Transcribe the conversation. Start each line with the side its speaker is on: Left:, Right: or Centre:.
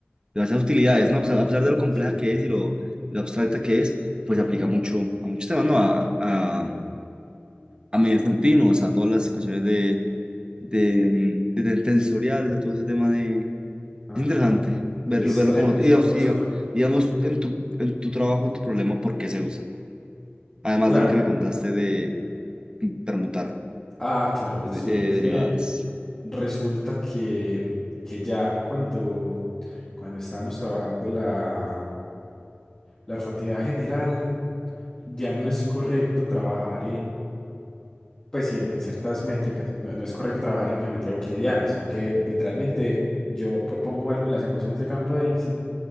Right: demasiadas utilidades, ¿no? O sea, a pesar de lo compleja
Left: Sí.
Right: que es y lo, lo abstracta que es, pues
Left: Ujú.
Right: se aplica mucho a muchos temas, ¿no? A, a, a medios continuos, a todas las cuestiones de, de, de, de tensoriales, a todo ese tema de,
Left: Ajá.
Right: Es interesante verlo,
Left: De estrés
Right: verlo como, y,
Left: y
Right: o
Left: todo
Right: sea,
Left: eso. todo.
Right: digamos,
Left: Dime.
Right: en tu, en tu trabajo, tu problema, ¿por qué se usa? Además
Left: Claro.
Right: de lo que me contaste de permutar
Left: Ah, claro.
Right: de-
Left: Sí,
Right: eh,
Left: es
Right: derivadas.
Left: que resulta que, que ya cuando, cuando estamos trabajando la, la relatividad general, ya no es correcto trabajar pues sí, en, en ciertas métricas, no, no es correcto trabajar en geometría euclidiana, sino que literalmente yo propongo algo en las ecuaciones de campo de Einstein